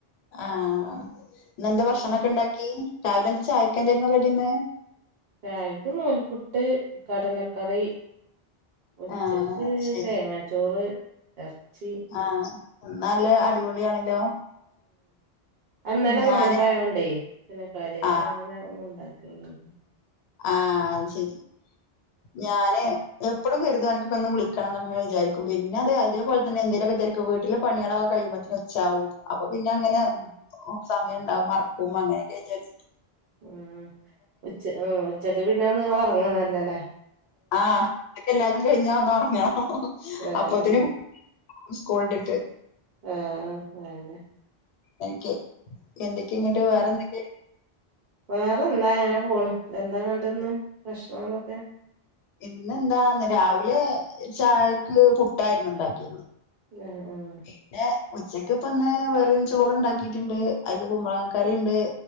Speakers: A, on the left; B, on the right.
A: ആഹ് ഇന്നെന്താ
B: ഉം
A: ഭക്ഷണൊക്കെ ഉണ്ടാക്കി രാവിലെ എന്താ ചായക്കേണ്ടായിരുന്നു കടീന്ന്
B: ചായക്ക് നൂൽപ്പുട്ട് കടലക്കറി ഉച്ചക്ക്
A: ആഹ് ശരി
B: തേങ്ങാച്ചോറ് ഇറച്ചി
A: ആഹ് എന്നാല്ലോ അടിപൊളിയാണല്ലോ
B: ഇന്നല്ലെ
A: ഞാന്
B: നോൻപായോണ്ടേ പിന്നെ കാര്യമായിട്ട്
A: ആഹ്
B: അങ്ങനെ ഒന്നും ഇണ്ടാക്കില്ല
A: ആഹ് അത് ശരി ഞാന് എപ്പോഴും കരുതും അനക് ഒന്ന് വിളിക്കണം എന്നക്കങ്ങെ വിചാരിക്കും പിന്നെ അതേപോലെന്നെ എന്തേലൊക്കെ തെരക്ക് വീട്ടിലെണോ പണിയോളൊക്കെ കഴിയ്മ്പോ ച്ചാവും അപ്പൊ പിന്നെ അങ്ങനെ
B: ഉം
A: സമയം ഉണ്ടാവും മറക്കും അങ്ങനെയൊക്കെ വിചാരിച്ചട്ട്
B: ഉം ഉച്ച ഉ ഉച്ചക്ക് പിന്നെ ഒന്ന് ഉറങ്ങാ ന്നല്ലേല്ലേ
A: ആഹ് അതക്കെ എല്ലാതും കഴിഞ്ഞ വന്ന ഉറങ്ങണം
B: ആഹ്
A: അപ്പത്തിന് സ്കൂൾട്ടിട്ട്
B: ആഹ് അതെന്നെ
A: എനിക്കെ എന്തൊക്കെയ ഇങ്ങോട്ട് വേറെന്തൊക്ക
B: വേറെ എന്താ അങ്ങനെ പോണ് എന്താ ഇന്നിട്ട് ഭഷണം അതൊക്കെ
A: ഇന്ന്ന്താന്ന് രാവിലെ ചായക്ക് പുട്ടായിരുന്നു ഇണ്ടാക്കിന്ന്
B: ആഹ് ആഹ്
A: പിന്നെ ഉച്ചക്ക് ഇപ്പ ഒന്ന് വേറൊ ചോറ് ഉണ്ടാക്കിട്ടുണ്ട് അയിക്ക് കുമ്പള കറി ഉണ്ട്